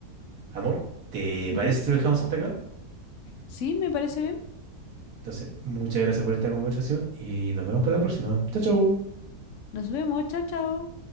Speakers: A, on the right; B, on the left.
A: Amor, ¿te
B: Ujú.
A: parece si lo dejamos hasta acá?
B: Sí, me parece bien.
A: Entonces, muchas gracias por esta conversación y nos vemos para la próxima. Chao, chao.
B: Nos vemos. Chao, chao.